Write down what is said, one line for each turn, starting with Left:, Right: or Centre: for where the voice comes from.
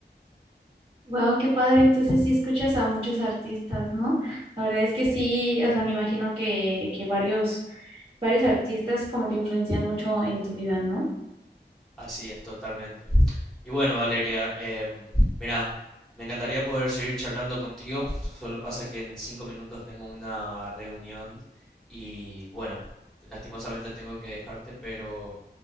Right: Wow, qué padre. Entonces sí escuchas a muchos artistas, ¿no? La verdad es que sí, o sea, me imagino que, que varios, varios artistas como que influencian mucho en tu vida, ¿no?
Centre: Así es, totalmente. Y bueno, Valeria, em, mira, me encantaría poder seguir charlando contigo. Solo pasa que en cinco minutos tengo una reunión y bueno, lastimosamente tengo que dejarte, pero